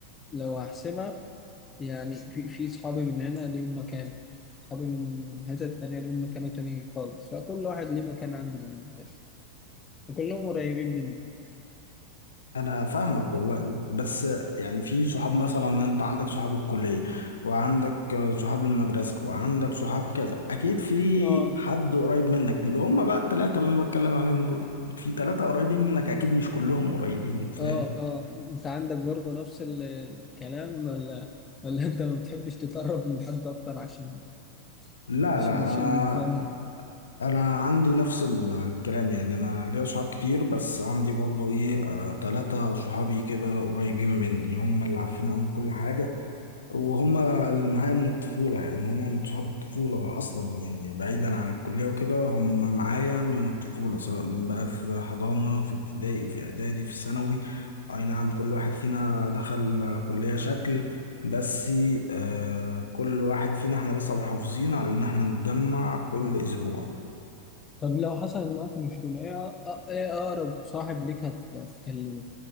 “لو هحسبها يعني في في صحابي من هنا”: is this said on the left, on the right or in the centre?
Left